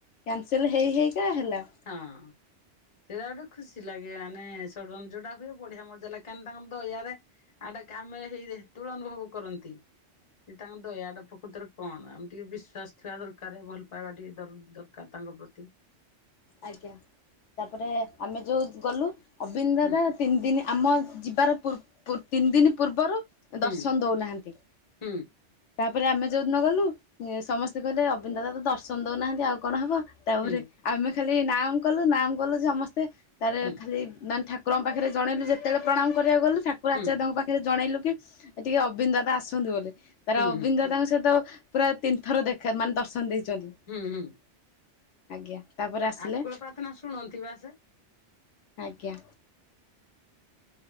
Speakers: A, on the left; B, on the left.
A: କ୍ୟାନସେଲ୍ ହେଇ ହେଇକା ହେଲା।
B: ହଁ। ସେଇଟା ଗୋଟେ ଖୁସି ଲାଗେ ମାନେ ସଡନ୍ ହୁଏ ବଢିଆ ମଜା ଲାଗେ କାହି ତାଙ୍କ ଦଇଆରେ ଆଟା କାମେ ହେଇ ତୁଳ ଅନୁଭବ କରନ୍ତି ଯେ ତାଙ୍କ ଦୟାଟା ପ୍ରକୃତରେ କଣ ଆମେ ଟିକେ ବିଶ୍ଵାସ ଥିବା ଦରକାର ଭଲ ପାଇବା ଟିକେ ଦରକାର ତାଙ୍କ ପ୍ରତି।
A: ଆଜ୍ଞା ତାପରେ ଆମେ ଯୋଉ ଗଲୁ ଅବିନି ଦାଦା
B: ହୁଁ
A: ତିନି ଦିନ ଆମ ଯିବାର ପୂର୍ ପୂର୍ ତିନି ଦିନ ପୂର୍ବରୁ
B: ହୁଁ
A: ଦର୍ଶନ ଦଉନାହାନ୍ତି।
B: ହୁଁ
A: ତାପରେ ଆମେ ଯୋଉଦିନ ଗଲୁ ସମସ୍ତେ କହିଲେ ଅବିନ୍ଦଦା ତ ଦର୍ଶନ ଦଉନାହାନ୍ତି ଆଉ କଣ ହବ। ତାପରେ
B: ହୁଁ
A: ଆମେ ଖାଲି ନାମ କଲୁ ନାମ୍ କଲୁ ସମସ୍ତେ ତାର
B: ହୁଁ
A: ଖାଲି ନ ଠାକୁ ଠାକୁରଙ୍କ ପାଖରେ ଯଣେଇିଲୁ ଯେତେଳେ ପ୍ରଣାମ କରିବାକୁ ଗଲୁ ଠାକୁର
B: ହୁଁ
A: ଆଚଯ୍ୟଙ୍କ ଦେବଙ୍କ ପାଖ ଜଣେଇଲୁ କି ଟିକେ ଅବିନ୍ଦଦାଦା ଆସନ୍ତୁ ବୋଲି ତାର
B: ହୁଁ
A: ଅବିନ୍ଦ
B: ହୁଁ
A: ଦାଦାଙ୍କ ସହିତ ପୁରା ତିନି ଥର ଦେଖା ମାନେ ଦର୍ଶନ ଦେଇଛନ୍ତି।
B: ହୁଁ ହୁଁ।
A: ଆଜ୍ଞା ତାପରେ ଆସିଲେ
B: ଆକୁଳ ପ୍ରାର୍ଥନା ଶୁଣନ୍ତି ବା ସେ
A: ଆଜ୍ଞା।